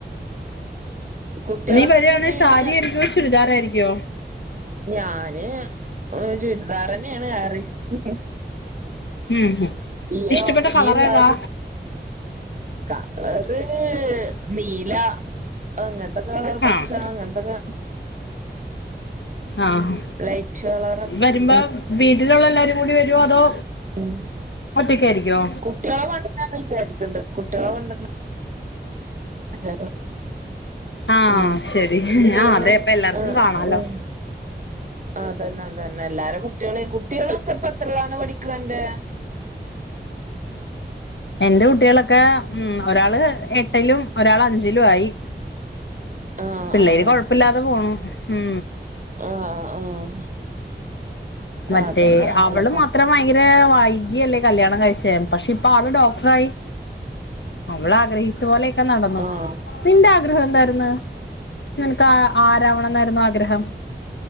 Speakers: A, on the right (about 45°); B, on the left (about 75°).
A: കുട്ടികളൊക്കെ
B: നീ വരിവായാണെ
A: എന്താ ചെയ്യണ്
B: സാരി ആയിരിക്കുവോ ചുരിദാർ ആയിരിക്കുവോ
A: ഞാന് ചുരിദാർന്നെയാണ് ഏറേം ഹ് ഹ്
B: ഉം ഹ്
A: ഇയ്യോ
B: ഇഷ്ടപ്പെട്ട കളർ
A: ഈ സാരി
B: ഏതാ
A: കളറ് നീല അങ്ങൻത്തെ കളർ പച്ച
B: ആഹ്
A: അങ്ങനതൊക്കെ
B: ആഹ്
A: ലൈറ്റ് കളറാ
B: വരുമ്പോ
A: ഉം
B: വീട്ടിലുള്ള എല്ലാരും കൂടി വരുവോ അതോ
A: ഉം
B: ഒറ്റക്കായിരിക്കോ
A: കു കുട്ട്യോളെ കൊണ്ടരണംന്ന് വിചാരിക്ണ്ട് കുട്ട്യോളെ കൊണ്ടരണം <unintelligible>
B: ആഹ്
A: ഉം
B: ശരി
A: പിന്നെ
B: ആഹ് അതെ ഇപ്പ എല്ലാർക്കും
A: ആ
B: കാണാലോ
A: ഉം അതന്നെ അതന്നെ എല്ലാരും കുട്ട്യേളേം കുട്ട്യോളൊക്കെ ഇപ്പൊ എത്രേലാണ് പഠിക്ണഅന്റെ <inaudible>
B: എന്റെ കുട്ടികളൊക്കെ ഉം ഒരാള് എട്ടിലും ഒരാൾ അഞ്ചിലും ആയി
A: ആഹ്
B: പിള്ളേര്
A: ആഹ്
B: കൊഴപ്പില്ലാതെ പോണു ഉം
A: ആഹ് ആഹ്
B: മറ്റേ
A: അതന്നെ
B: അവള്
A: അല്ല പോലെ
B: മാത്രം ഭയങ്കര വായി യ്ല്ലേ കല്യാണം കാഴിചെ പക്ഷെ ഇപ്പ ആള് ഡോക്ടറായി അവള് ആഗ്രഹിച്ച പോലെ കെനടന്നു
A: ആഹ്
B: നിന്റെ ആഗ്രഹം എന്തായിര്ന്നു നിനക്ക് ആഹ് ആരാവണം ന്നായിരുന്നു ആഗ്രഹം